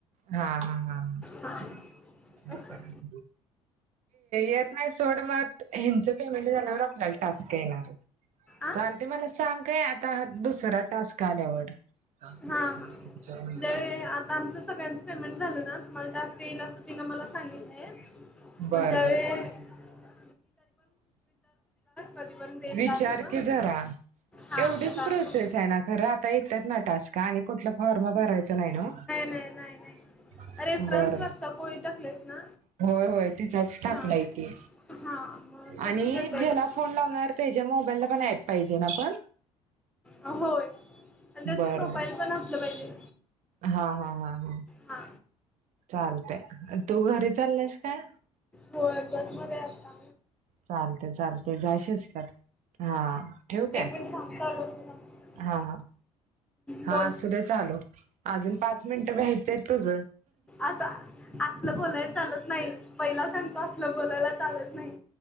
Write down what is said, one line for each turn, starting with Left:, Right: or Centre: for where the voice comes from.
Right: हा हा हा. हम
Centre: हा
Right: <unintelligible>
Centre: असं
Right: नाही
Centre: आ
Right: <unintelligible> ड म हच पेमेंट आपला टास्क येणार
Centre: हा
Right: झाल मला सांग काय आता <unintelligible> खरा टास्क आल्यावर. चार
Centre: हा
Right: म <unintelligible>
Centre: ज्यावेळी आता आमचं सगळ्यांचं पेमेंट झालं ना तुम्हाला टास्क येईल, अस तिने मला सांगितलंय.
Right: बर
Centre: मजे
Right: बर
Centre: <unintelligible> कधीपर्यंत येईल
Right: विचार
Centre: टास्क
Right: की जरा
Centre: हा
Right: एवढीच
Centre: चालतंय
Right: प्रोसेस आहे ना, खरं आता येतात ना. टास्क का आणि कुठला फॉर्मा भरायच नाही नव्ह
Centre: नाही नाही नाही रेफरन्स
Right: बर.
Centre: वर्षा पोळी टाकलेस ना
Right: होय होय तिचाच टाकलाय,
Centre: हां
Right: ते
Centre: हां मग तसंच
Right: आणि
Centre: येतंय
Right: ज्याला
Centre: बघ
Right: फोन लावणार त्याच्या मोबाईलला पण ऍप. पाहिजे ना पण.
Centre: होय आणि त्याच
Right: बर
Centre: प्रोफाईल
Right: बर
Centre: पण असलं पाहिजे.
Right: हा हा हा हा.
Centre: हा.
Right: चालतय <unintelligible> तु घरी चाललायस काय.
Centre: होय बसमध्ये आहेत का.
Right: चालते चालते जायशस का हा ठेवक आहे
Centre: एक मिनिट थांब चालू असू थांब हम्म,
Right: हा हा. हा
Centre: बोल
Right: सुधय आलो. अजून पाच मिनिट भ्यायतुझ.
Centre: असं असलं बोलायला चालत नाही पहिला सांगत असलं बोलायला चालत नाही.